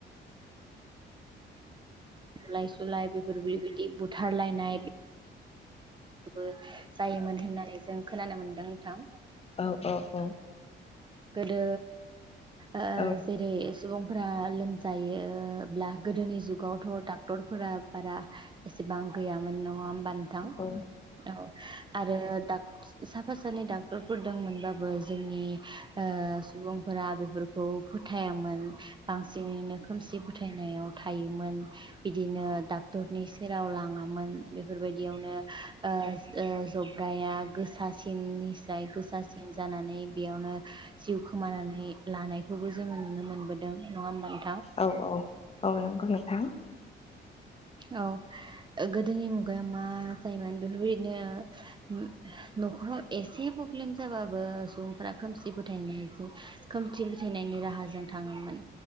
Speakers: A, on the right (about 25°); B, on the left (about 30°).
A: बुलाय सुलाय बेफोर बेबायदि बुथारलायनाय बो जायोमोन होननानै जों खोनानो मोन्दों नोंथां।
B: औ औ औ
A: गोदो ओ
B: औ
A: जेरै सुबुं फ्रा लोम जायोब्ला गोदोनि जुगावथ डाक टरफोरा बारा एसेबां गैयामोन नङा होमबा नोंथां
B: औ
A: औ आरो डाक साफा सानै डाक्टरफोर दंमोनबाबो जोंनि ओ सुबुफोरा बेफोरफोरखौ फुथायामोन बांसिनैनो खोमसि फुथायनायाव थायोमोन बिदिनो डाक्टरनि सेराव लाङामोन बेफोरबायदियावनो ओस ओ जबग्राया गोसासिननिसाय गोसासिन जानानै बेयावनो जिउ खोमानानै लानायखौबो जोङो नुनो मोनबोदों नङा होमबा नों
B: औ औ औ नंगौ नोंथां
A: औ गोदोनि मुगाया मा जायोमोन बेफोरबायदिनो उ न'खराव एसे प्रब्लेम जा बाबो सुबुंफोरा खोमसि फोथायनाय खोमसि फो फोथायनायनि राहाजों थाङोमोन